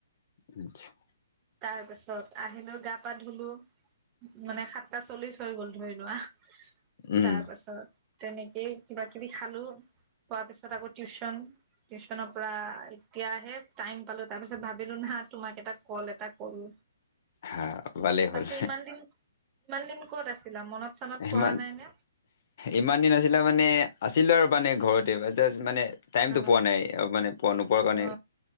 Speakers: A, on the left; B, on the right.
A: <unintelligible>
B: তাৰপিছত আহিলোঁ, গা-পা ধুলোঁ। মানে, সাতটা চল্লিশ হৈ গ'ল, ধৰি লোৱা।
A: উম
B: তাৰ পাছত, তেনেকেই, কিবা-কিবি খালোঁ। খোৱাৰ পিছত, আকৌ টিউচন। টিউচনৰ পৰা, এতিয়াহে টাইম পালোঁ। তাৰপিছত, ভাবিলোঁ না, তোমাক এটা ক'ল এটা কৰোঁ।
A: হা ভালেই হ'ল
B: পাছে, ইমান দিন ইমান দিন ক'ত আছিলা? মনত চনত
A: সিমান,
B: পৰা নাই নে
A: ইমান দিন আছিলে মানে, আছিলোঁ আৰু মানে, ঘৰতে। জাষ্ট মানে, টাইমটো
B: অ
A: পোৱা নাই। মানে, পোৱা-নোপোৱা কাৰণে।
B: অ